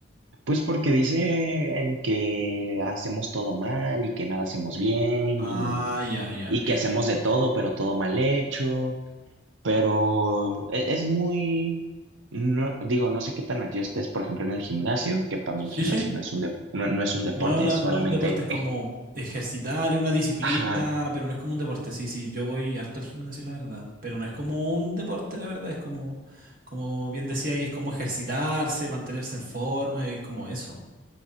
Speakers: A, on the right (about 75°); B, on the right (about 50°).
A: Pues porque dicen que hacemos todo mal y que nada hacemos bien
B: Ah,
A: y,
B: ya, ya.
A: y
B: Entiendo.
A: que hacemos de todo, pero todo mal hecho. Pero e- es, muy, no, digo, no sé qué tan metido estés, por ejemplo, en el gimnasio, que para
B: Sí,
A: mí el gimnasio
B: sí.
A: no es un, dep- no, no es un deporte,
B: No es una,
A: es solamente...
B: no es un deporte, es como
A: eh,
B: ejercitar, es una disciplina,
A: Ajá,
B: pero no es como un deporte. Sí, sí, yo voy harto al gimnasio, la verdad. Pero no es como un deporte, la verdad. Es como, como bien decía ahí, es como ejercitarse, mantenerse en forma, es como eso.